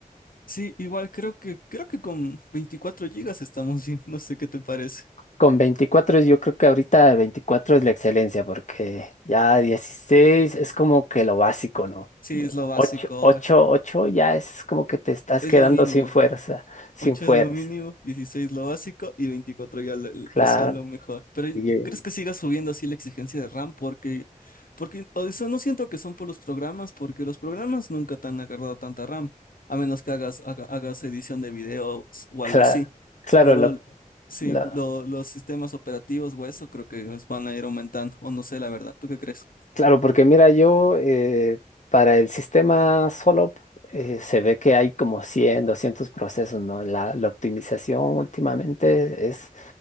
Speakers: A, on the left (about 80°); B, on the left (about 55°).
A: Sí, igual creo que, creo que con 24 gigas estamos bien. <laughs> No sé qué te parece.
B: Con 24 yo creo que ahorita 24 es la excelencia, porque ya 16 es como que lo básico, ¿no?
A: Sí, es lo básico
B: ocho ocho
A: ahora.
B: 8 ya es como que te estás
A: Es
B: quedando
A: lo mínimo.
B: sin fuerza, sin
A: ocho
B: fuerza.
A: es lo mínimo, 16 lo básico y 24 ya lo, lo-
B: Claro,
A: o sea, lo mejor. Pero
B: Oye,
A: ¿crees que siga subiendo así la exigencia de RAM? Porque, porque o sea, no siento que son por los programas, porque los programas nunca te han agarrado tanta RAM, a menos que hagas, haga- hagas edición de videos o
B: claro,
A: algo así.
B: claro,
A: Pero
B: lo...
A: Claro. sí,
B: lo-
A: lo- los sistemas operativos o eso creo que os van a ir aumentando, o no sé, la verdad. ¿Tú qué crees?
B: Claro, porque mira, yo eh, para el sistema solo eh, se ve que hay como 100, 200 procesos, ¿no? La, la optimización últimamente es